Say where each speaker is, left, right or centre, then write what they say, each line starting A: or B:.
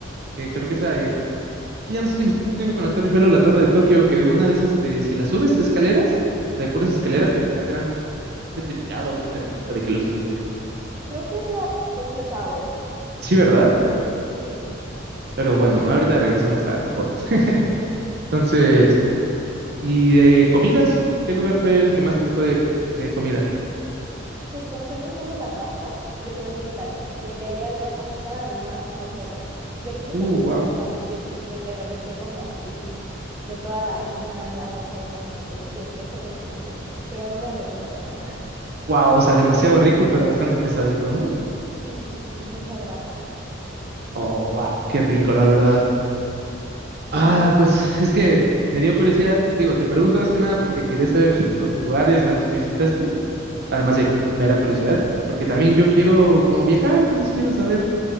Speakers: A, on the right (about 55°); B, on the right (about 15°).
A: Que creo que esa. eh, de hecho, ya no sé si me estoy confundiendo con la Torre Eiffel o la Torre de Tokio, que una de esas, te- si la subes escaleras, de puras escaleras, al final te dan como un certificado o una medallita de que lo subiste.
B: <laughs> Creo que es la Tokyo Tower.
A: Sí, ¿verdad?
B: Sí, sí,
A: Pero bueno, ahorita regresamos a Japón. <laughs>
B: sí,
A: Entonces.
B: sí.
A: ¿Y de comidas? ¿Qué lugar fue el que más te gustó de, de comida?
B: Pues como soy muy fan de la pasta, yo creo que Italia, porque ahí había pasta al más no poder. De hecho,
A: Uh,
B: terminé
A: wow.
B: con gastritis, de que regresé con gastritis, de toda la harina, la salsa de tomate, el queso que comí, pero no me arrepiento de nada. <laughs>
A: Wow, o sea, demasiado rico, pero bastante pesadito, ¿no?
B: Sí, sí, sí, mucha grasa.
A: Oh, wow, qué rico, la verdad. Ah,
B: Sí.
A: pues es que me dio curiosidad. Digo, te pregunto más que nada porque quería saber los lugares a los que visitaste, además
B: ¿Sí?
A: de mera curiosidad, porque también yo quiero como viajar, entonces quiero saber